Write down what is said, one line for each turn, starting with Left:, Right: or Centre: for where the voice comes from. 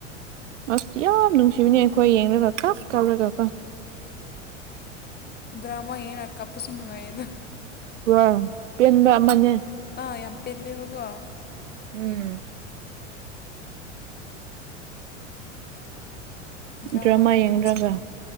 Right: ꯑꯁ ꯌꯥꯝ ꯅꯨꯡꯁꯤꯕꯅꯦ ꯑꯩꯈꯣꯏ ꯌꯦꯡꯂꯡꯒꯀ ꯀꯞꯂꯒꯀ
Left: ꯗ꯭ꯔꯃꯥ ꯌꯦꯅꯀꯥꯞꯄꯁꯨꯟꯑꯗ
Right: ꯋꯥ ꯄꯦꯟꯕ ꯑꯃꯅꯦ
Left: ꯑ ꯌꯥꯝꯦꯝ ꯄꯦꯂꯦꯕꯒꯣ
Right: ꯎꯝ
Left: ꯗ꯭ꯔꯃꯥꯅ
Right: ꯗ꯭ꯔꯃꯥ ꯌꯦꯡꯗ꯭ꯔꯒ
Left: ꯄꯨꯟꯁꯤ